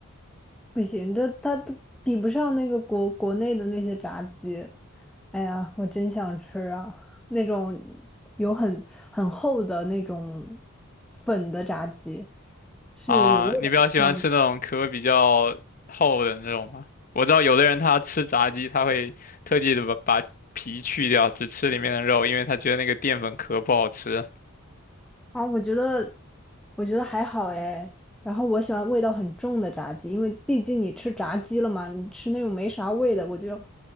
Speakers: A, in the centre; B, on the left.
A: 不行，这它都比不上那个国国内的那些炸鸡。哎呀，我真想吃啊！那种有很很厚的那种粉的炸鸡，是有味道的，
B: 啊，你比较喜欢吃那种壳比较厚的那种吗？
A: 上面的
B: 我知道有的人他吃炸鸡，他会特地的把把皮去掉，只吃里面的肉，因为他觉得那个淀粉壳不好吃。
A: 啊。我觉得，我觉得还好哎。然后我喜欢味道很重的炸鸡，因为毕竟你吃炸鸡了嘛，你吃那种没啥味的，我就